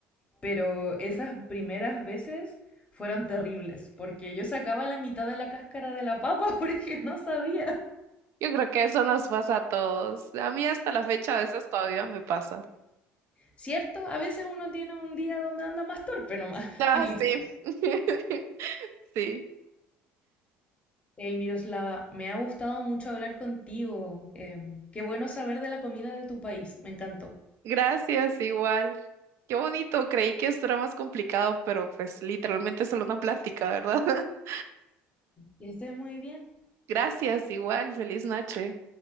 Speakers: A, on the left; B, on the right.
A: Pero esas primeras veces fueron terribles, porque yo sacaba la mitad de la cáscara de la papa <laughs> porque no sabía.
B: Yo creo que eso nos pasa a todos. A mí hasta la fecha a veces todavía me pasa.
A: Cierto, a veces uno tiene un día donde anda más torpe nomás <laughs>
B: Ah,
A: y listo.
B: sí. <laughs> Sí.
A: Hey Miroslava, me ha gustado mucho hablar contigo. Eh, qué bueno saber de la comida de tu país, me encantó.
B: Gracias, igual. Qué bonito, creí que esto era más complicado, pero pues literalmente es solo una plática, ¿verdad? <laughs>
A: Que estés muy bien.
B: Gracias, igual. Feliz noche.